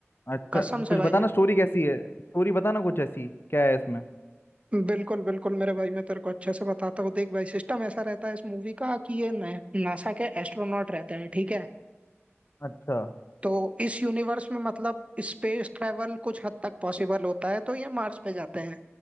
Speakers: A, on the left; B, on the right.
A: अच्छा
B: कसम
A: कुछ
B: से भाई
A: बताना
B: है
A: स्टोरी कैसी है स्टोरी बताना कुछ ऐसी क्या है इसमें
B: बिल्कुल बिल्कुल मेरे भाई मैं तेरे को अच्छे से बताता हूँ देख भाई सिस्टम ऐसा रहता है इस मूवी का कि ये नासा के एस्ट्रोनॉट रहते हैं ठीक है
A: अच्छा
B: तो इस यूनिवर्स में मतलब स्पेस ट्रेवल कुछ हद तक पॉसिबल होता है तो ये मार्स पे जाते हैं